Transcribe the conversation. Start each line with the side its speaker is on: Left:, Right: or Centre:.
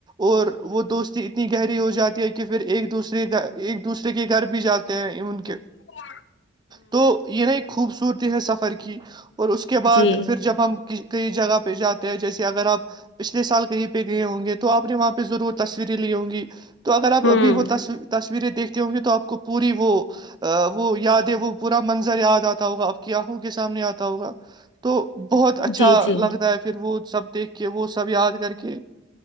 Right: اور وہ دوستی اتنی گہری ہو جاتی ہے کہ پھر ایک دوسرےھر ایک دوسرے کے گھر بھی جاتے ہیں ان کے
Left: اور <unintelligible>
Right: تو یہ نہیں خوبصورتی ہے سفر کی اور اس کے بعد
Left: جی
Right: پھر جب ہم کئی جگہ پہ جاتے ہیں جیسے اگر آپ پچھلے سال کہیں پہ گئے ہوں گے تو آپ نے وہاں پے ضرور تصویریں لی ہوں گی تو اگر آپ
Left: ہوں
Right: ابھی وہ تصویر تصویریں دیکھتے ہوں گے تو آپ کو پوری وہ وہ یادیں وہ پورا منظر یاد آتا ہوگا آپ کی آنکھوں کے سامنے آتا ہوگا تو بہت اچھا
Left: جی جی
Right: لگتا ہے پھر وہ سب دیکھ کے وہ سب یاد کر کے